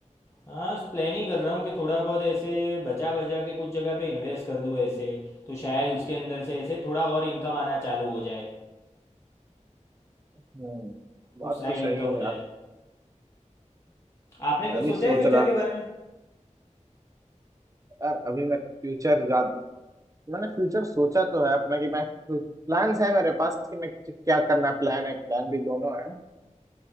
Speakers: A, on the left; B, on the right.
A: हाँ प्लान ही कर रहा हूँ कि थोड़ा बहुत ऐसे बचा बचा के कुछ जगह पे इन्वेस्ट कर दूँ ऐसे तो शायद उसके अंदर से ऐसे थोड़ा और इनकम आना चालू हो जाए
B: हम्म
A: कुछ
B: बात
A: साइड
B: तो सही
A: इनकम
B: है
A: हो जाए
B: यार
A: आपने
B: मैं
A: कुछ
B: भी
A: सोचा
B: सोच
A: है फ्यूचर
B: रहा
A: के
B: था
A: बारे में
B: यार अभी मैं फ्यूचर याद मैंने फ्यूचर सोचा तो है अपना कि मैं प्लान्स है मेरे पास कि मैं क्या करना प्लान है प्लान भी दोनों है